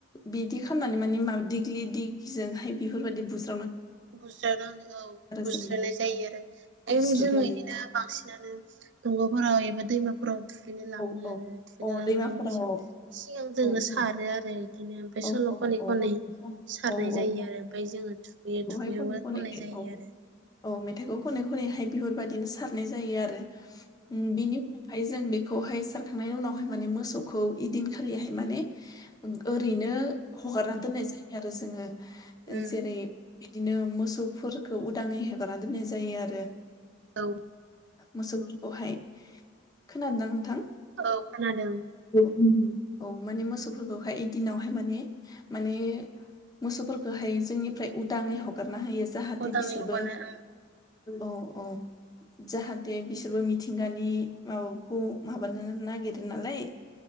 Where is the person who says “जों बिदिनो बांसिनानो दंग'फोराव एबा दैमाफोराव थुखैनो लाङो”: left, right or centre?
Right